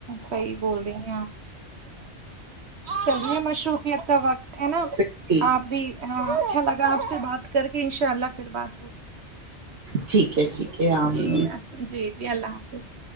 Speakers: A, on the right (about 65°); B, on the right (about 80°).
A: صحیح بول رہی اپ چلیے مشروفیت کا وقت ہے نا
B: ٹھیک ہے
A: آپ بھی اچھا لگ آپ سے بات کر کے انشاء اللہ پھر بات ہوگی
B: ٹھیک ہے ٹھیک آمین
A: جی جی جی جی اللہ حافظ